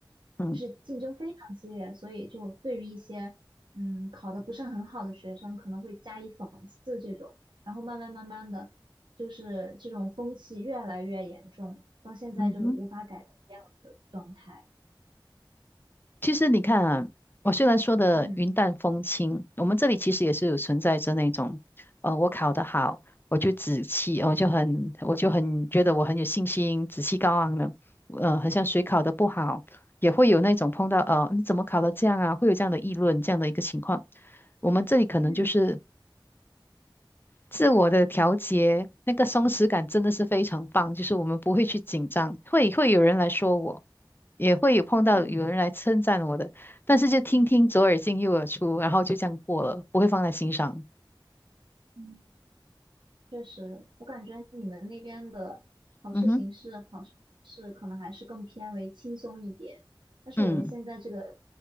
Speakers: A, on the left; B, on the right.
A: 嗯，
B: 就是竞争非常激烈，所以就对于一些嗯考得不是很好的学生，可能会加以讽刺这种，然后慢慢慢慢的，就是这种风气越来越严重，到现在就无法改变了的状态。
A: 嗯哼，其实你看啊，我虽然说的云淡风轻，
B: 嗯
A: 我们这里其实也是有存在着那种，呃，我考得好，我就紫气，我就很，我就很觉得我很有信心，紫气高昂了。呃，很像谁考得不好，也会有那种碰到，呃，你怎么考得这样啊？会有这样的议论，这样的一个情况。我们这里可能就是。
B: 嗯
A: 自我的调节，那个松弛感真的是非常棒，就是我们不会去紧张，会会有人来说我，也会有碰到有人来称赞我的，
B: 嗯
A: 但是就听听左耳进右耳出，然后就这样过了，不会放在心上。
B: 嗯。确实，我感觉你们那边的考试形式、
A: 嗯哼，
B: 考试方式可能还是更偏为轻松一点，但是我们现在这个
A: 嗯，